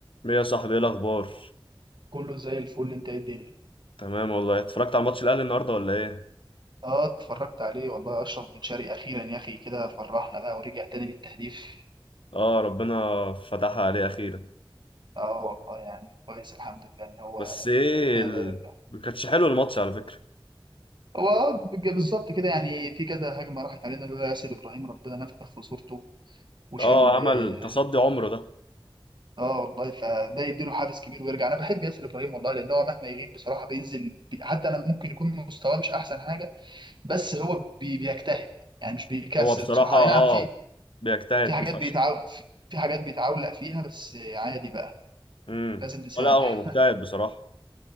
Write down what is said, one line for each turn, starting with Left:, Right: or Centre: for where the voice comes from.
Left: ايه يا صاحبي ايه الاخبار
Right: كله زي الفل انت ايه الدنيا
Left: تمام والله اتفرجت على ماتش الاهلي النهارده ولا ايه
Right: اه اتفرجت عليه والله اشرف بن شرقي اخيرا يا اخي كده فرحنا بقى ورجع تاني للتهديف
Left: اه ربنا فتحها عليه اخيرا
Right: اه والله يعني كويس الحمد لله ان هو
Left: بس ايه
Right: كده
Left: ال...
Right: بقى يرجع
Left: ما كانش حلو الماتش على فكره
Right: هو اه بج- بالظبط كده يعني في كذا هجمه راحت علينا لولا ياسر ابراهيم ربنا نفخ في صورته وشال
Left: اه عمل
Right: اه
Left: تصدي عمره ده
Right: آه، والله فده يديله حافز كبير ويرجع انا بحب ياسر ابراهيم والله لان هو مهما يغيب بصراحه بينزل بي- حتى انا ممكن يكون مستواه مش احسن حاجه بس هو بي- بيجتهد يعني مش بيكسل
Left: هو بصراحه
Right: بصراحه
Left: اه
Right: اي نعم في
Left: بيجتهد
Right: في حاجات
Left: فشخ
Right: بيتعو... في في حاجات بيتعولق فيها بس عادي بقى
Left: امم
Right: لازم نسامح
Left: ولا هو مجتهد بصراحه